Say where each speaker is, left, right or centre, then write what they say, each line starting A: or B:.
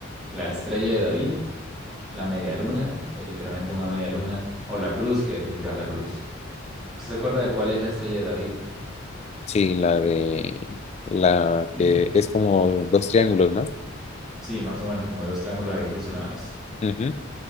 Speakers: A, in the centre; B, on the left.
A: La estrella de David, la media luna, que es literalmente una media luna, o la cruz, que es literal la cruz. ¿Usted se acuerda de cuál es la estrella de David?
B: Sí, la de... La
A: <clears throat>
B: que es como dos triángulos, ¿no?
A: Sí, más o menos como dos triángulos ahí fusionados.
B: Ujú.